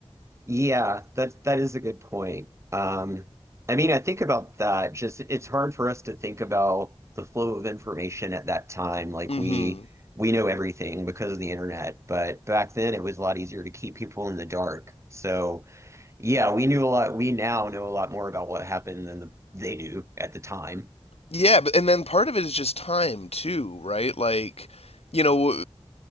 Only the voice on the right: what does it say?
Yeah, that that is a good point. Um, I mean, I think about that. Just it's hard for us to think about the flow of information at that time. Like
we we know everything because of the internet, but back then it was a lot easier to keep people in the dark. So yeah, we knew a lot. We now know a lot more about what happened than the, they knew at the time.